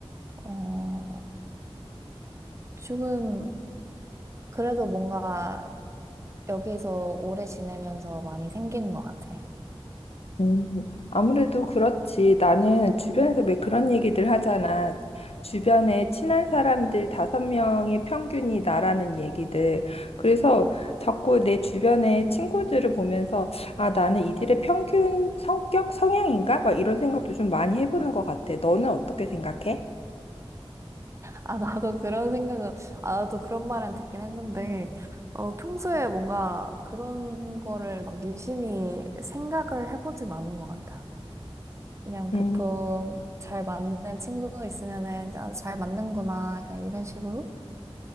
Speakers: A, on the right; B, on the left.
A: 어, 지금 그래도 뭔가 여기서 오래 지내면서 많이 생기는 것 같아.
B: 음, 아무래도 그렇지. 나는 주변에서 왜 그런 얘기들 하잖아. 주변에 친한 사람들 다섯 명의 평균이 나라는 얘기들. 그래서 자꾸 내 주변의 친구들을 보면서 아, 나는 이들의 평균 성격 성향인가? 막 이런 생각도 좀 많이 해보는 것 같아. 너는 어떻게 생각해?
A: 아, 나도 그런 생각은, 아, 나도 그런 말은 듣긴 했는데, 어, 평소에 뭔가 그런 거를 막 유심히 생각을 해보진 않는 것 같아. 그냥 보통
B: 음.
A: 잘 맞는 친구 있으면은 아, 잘 맞는구나 약간 이런 식으로